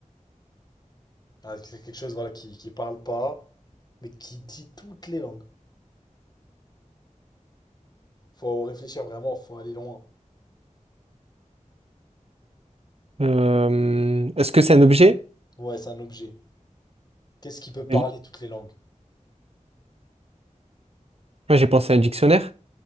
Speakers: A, on the left; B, on the right.
A: Ah, c'est quelque chose, voilà, qui, qui parle pas, mais qui dit toutes les langues. Faut réfléchir vraiment, faut aller loin.
B: Euh, est-ce que c'est un objet?
A: Ouais, c'est un objet. Qu'est-ce qui peut parler
B: Moi,
A: toutes les langues?
B: j'ai pensé à un dictionnaire.